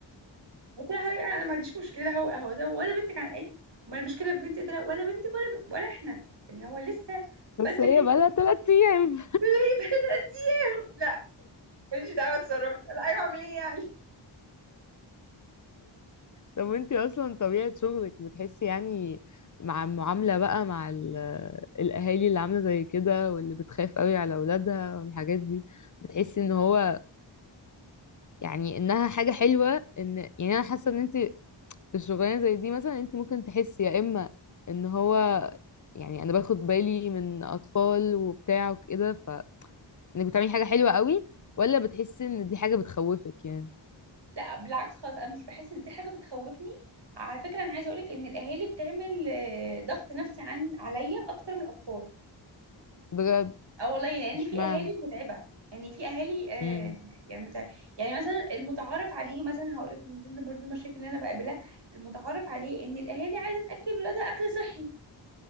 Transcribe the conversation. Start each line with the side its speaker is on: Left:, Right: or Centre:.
Right: قلت لها حضرتك انا ما عنديش مشكله هو هو ده ولا بنتك عن اي امال المشكله في بنتي قلت لها ولا بنتك ولا ب... ولا احنا يعني هو لسه
Left: بس
Right: بدري
Left: هي
Right: جدا
Left: بقالها
Right: <laughs> انك
Left: تلات ايام
Right: تجيبي بنتك. لا ماليش دعوه اتصرف لا ايوه اعمل ايه يعني
Left: طب وانتي اصلا طبيعة شغلك بتحسي يعني مع المعاملة بقى مع ال- الاهالي اللي عاملة زي كده واللي بتخاف قوي على اولادها والحاجات دي بتحسي ان هو يعني انها حاجة حلوة ان يعني انا حاسة ان انتي في الشغلانة زي دي مثلا انتي ممكن تحسي يا اما ان هو يعني انا باخد بالي من اطفال وبتاع وكده فانك بتعملي حاجة حلوة قوي ولا بتحسي ان دي حاجة بتخوفك يعني
Right: لا بالعكس خالص انا مش بحس ان دي حاجه بتخوفني على فكره انا عايزه اقولك ان الاهالي بتعمل آه، ضغط نفسي عن عليا اكتر من الاطفال
Left: بجد
Right: اه والله يعني، لان
Left: اشمعنى
Right: في اهالي متعبه يعني في اهالي آه
Left: امم
Right: يعني متع... يعني مثلا المتعارف عليه مثلا هقول لك من ضمن برضو المشاكل اللي انا بقابلها المتعارف عليه ان الاهالي عايزه تاكل ولادها اكل صحي